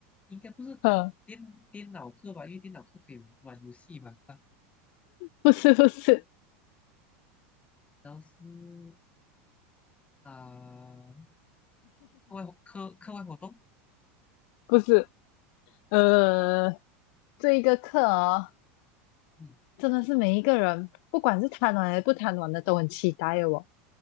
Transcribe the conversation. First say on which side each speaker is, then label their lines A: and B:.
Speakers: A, on the left (about 20°); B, on the left (about 60°).
A: 应该不是电电脑课吧？
B: 嗯，
A: 因为电脑课可以玩游戏嘛，是吧？
B: 不是，不是，
A: 然后是啊、课外活课课外活动，
B: 不是，呃，
A: 是啊
B: 这一个课哦，
A: 嗯，
B: 真的是每一个人，不管是贪玩还是不贪玩的，都很期待哦。